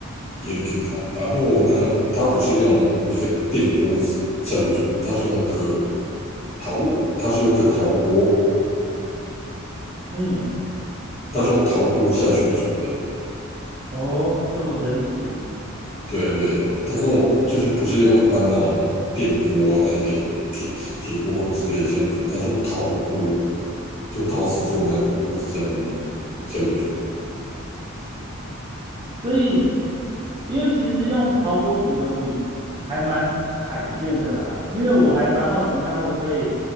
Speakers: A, on the left; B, on the right.
A: 也很 Q 弹，然后呢它不是用一个电锅下去煮的，它是用个陶它是用个陶锅，
B: 嗯
A: 它是用陶锅下去煮的。
B: 哦这么神奇？
A: 对对，他跟我就是不是用一般的那种电锅啊那一类的铁铁锅之类的下去煮，他是用陶锅，就陶瓷做那种锅子下去下去煮，
B: 所以，因为其实用陶锅煮的米还蛮罕见的啦，因为我还蛮好奇它会不会，